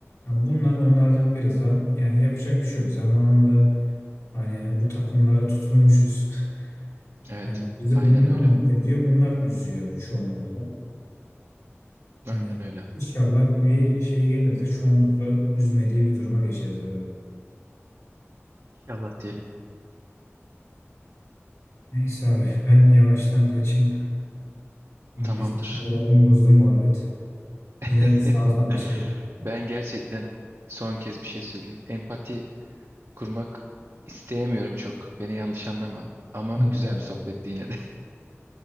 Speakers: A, on the left; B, on the right.
A: Ya bunlar onlardan biri. Zam yani yapacak bir şey yok. Zamanında hani bu takımlara tutulmuşuz. <laughs>
B: Evet
A: Hani bizi
B: aynen
A: bunlar
B: öyle.
A: mutlu ediyor, bunlar üzüyor çoğunlukla. Hani
B: Aynen öyle.
A: inşallah bir şey gelir de çoğunlukla üzmediği bir duruma geçeriz abi.
B: İnşallah diyelim.
A: Neyse abi ben yavaştan kaçayım.
B: Tamamdır.
A: Bizim moralimi bozdu muhabbet.
B: <laughs>
A: Yine de sağ ol ama şey.
B: Ben gerçekten son kez bir şey söyleyeyim. Empati kurmak isteyemiyorum çok. Beni yanlış anlama. Ama
A: yok
B: güzel
A: abi.
B: bir sohbetti yine de.